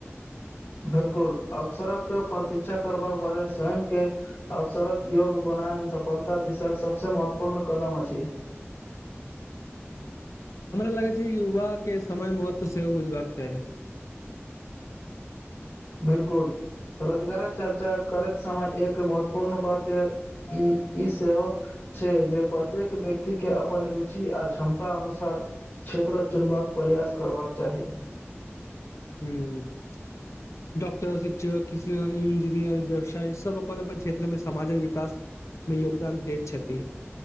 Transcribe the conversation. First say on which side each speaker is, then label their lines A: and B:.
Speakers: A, on the left; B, on the left.
A: बिल्कुल, अवसरक प्रतीक्षा करबाक बजाय स्वयं के अवसरक योग बनायन सपलता दिसक सबस महत्वपूर्ण कदम अछि।
B: हँ, हमरा लगै छै युवा के समय महत्व सेहो बुझबाक चाही।
A: बिल्कुल। रोजगारक चर्चा करैत समय एक महत्वपूर्ण बात ई- ई सेहो छै जे परत्येक ब्यक्ति के अपन रुचि आ क्षमता अनुसार क्षेत्र चुनबाक परयास करवाक चाही।
B: हूं। डॉक्टर, शिक्षक, किसान, इंजीनियर, ब्यबशाय सब अपन-अपन क्षेत्र में समाजक विकास में योगदान दैत छति।